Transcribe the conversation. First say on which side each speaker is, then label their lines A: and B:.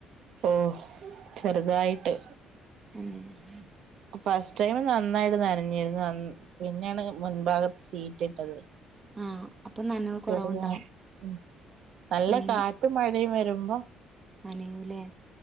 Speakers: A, on the right; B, on the right.
A: ഓഹ് ചെറുതായിട്ട്
B: <unintelligible>
A: ഫസ്റ്റ് ടൈം നന്നായിട്ട് നനഞ്ഞിരുന്നു അന്ന് പിന്നെണ് മുൻഭാഗത്ത് സീറ്റ് ഇട്ടത്
B: ആഹ് അപ്പൊ നനവ്
A: <unintelligible>
B: കുറവുണ്ടാവും
A: നല്ല
B: ഉം
A: കാറ്റും മഴയും വരുമ്പോ
B: നനയൂല്ലേ?